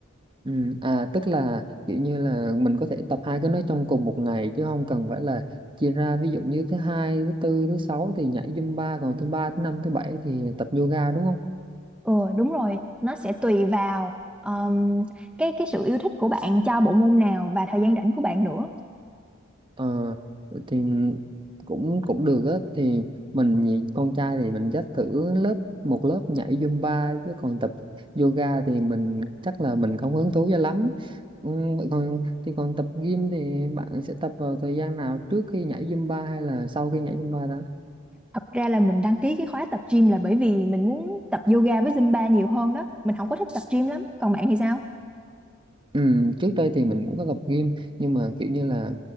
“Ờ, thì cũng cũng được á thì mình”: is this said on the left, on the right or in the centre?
Right